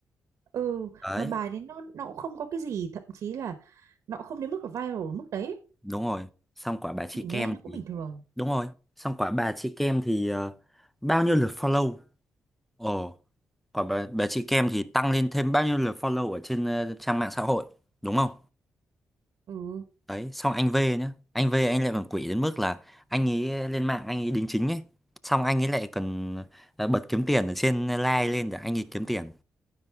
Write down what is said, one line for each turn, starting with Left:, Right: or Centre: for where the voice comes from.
Right: Ừ
Centre: đấy
Right: mà bài đấy nó nó cũng không có cái gì thậm chí là nó cũng không đến mức là viral ở mức đấy
Centre: đúng rồi xong quả bà chị
Right: mình
Centre: Kem
Right: nghe nó cũng
Centre: thì
Right: bình thường
Centre: đúng rồi xong quả bà chị Kem thì ờ, bao nhiêu lượt follow Ồ, còn bà, bà chị Kem thì tăng lên thêm bao nhiêu lượt follow ở trên ờ, trang mạng xã hội, đúng không?
Right: ừ
Centre: Đấy, xong anh V nhá. Anh V anh lại còn quỷ đến mức là anh ấy lên mạng anh ấy đính chính ấy. Xong anh ấy lại còn ờ, bật kiếm tiền ở trên like lên để anh ấy kiếm tiền.